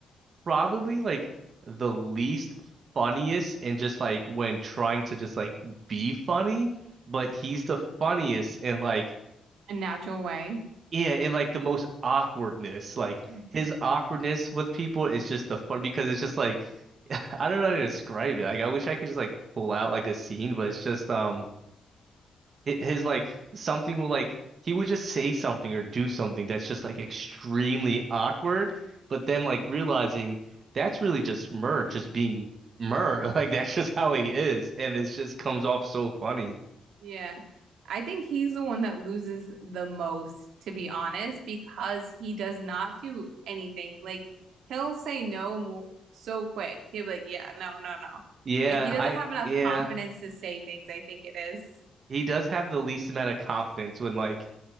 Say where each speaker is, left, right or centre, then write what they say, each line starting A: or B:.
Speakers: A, on the right; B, on the right.
A: probably like the least funniest and just like when trying to just like be funny, but he's the funniest and like
B: a natural way.
A: yeah, and like the most awkwardness. Like
B: Mhm.
A: his awkwardness with people is just the fun because it's just like <laughs> I don't know how to describe it. Like I wish I could just like pull out like a scene, but it's just um hi- his like something will like he would just say something or do something that's just like extremely awkward, but then like realizing that's really just Murr just being Murr. <laughs> Like that's just how he is, and it just comes off so funny.
B: Yeah. I think he's the one that loses the most, to be honest, because he does not do anything. Like he'll say no more, so quick. He'll be like, "Yeah, no, no, no."
A: Yeah,
B: Like he doesn't
A: I
B: have enough
A: yeah.
B: confidence to say things, I think it is.
A: He does have the least amount of confidence when like